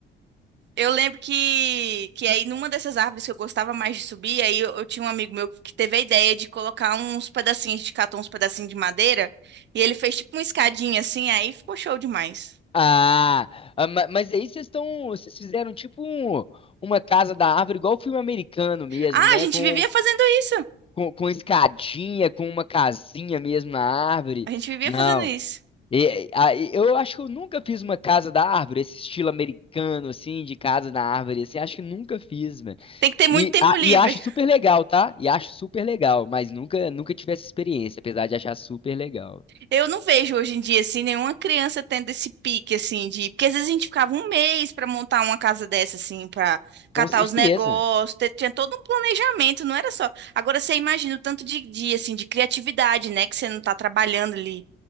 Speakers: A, on the right; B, on the left.
A: Eu lembro que, que aí numa dessas árvores que eu gostava mais de subir, aí eu, eu tinha um amigo meu que teve a ideia de colocar uns pedacinhos, de catar uns pedacinhos de madeira, e ele fez tipo uma escadinha assim, aí ficou show demais.
B: Ah, ah, ma- mas aí vocês estão. Vocês fizeram tipo um- uma casa da árvore, igual filme americano mesmo,
A: Ah,
B: né?
A: a gente
B: Com,
A: vivia fazendo isso.
B: com, com escadinha, com uma casinha mesmo na árvore.
A: A gente vivia
B: Não.
A: fazendo isso.
B: E- a- e- eu acho que eu nunca fiz uma casa da árvore, esse estilo americano, assim, de casa da árvore, assim, acho que nunca fiz, mano.
A: Tem que ter muito
B: E,
A: tempo
B: a-
A: livre.
B: e acho super legal, tá? E acho super legal, mas nunca, nunca tive essa experiência, apesar de achar super legal.
A: Eu não vejo hoje em dia, assim, nenhuma criança tendo esse pique, assim, de. Porque às vezes a gente ficava um mês para montar uma casa dessa, assim, para catar
B: Com certeza.
A: os negócios, te- tinha todo um planejamento, não era só. Agora você imagina o tanto de, de, assim, de criatividade, né, que você não tá trabalhando ali,